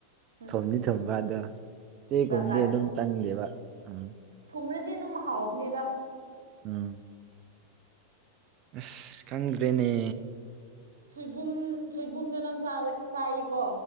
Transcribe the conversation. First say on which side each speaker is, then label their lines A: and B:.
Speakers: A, on the right; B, on the right.
A: ꯎꯝ
B: ꯊꯨꯝꯗꯤ ꯊꯨꯕ ꯑꯗꯣ ꯆꯦꯒꯨꯝꯗꯤ
A: ꯖꯥꯠ
B: ꯑꯗꯨꯝ ꯆꯪꯗꯦꯕ ꯎꯝ꯫
A: ꯊꯨꯝꯃꯔꯗꯤ ꯑꯗꯨꯝ ꯍꯥꯎꯕꯅꯤꯗ꯫
B: ꯎꯝ꯫ ꯑꯁ ꯈꯪꯗ꯭ꯔꯦꯅꯦ꯫
A: ꯁꯣꯏꯕꯨꯝ ꯁꯣꯏꯕꯨꯝꯗꯣ ꯅꯪ ꯆꯥꯎꯑ-ꯆꯥꯏꯌꯦꯀꯣ꯫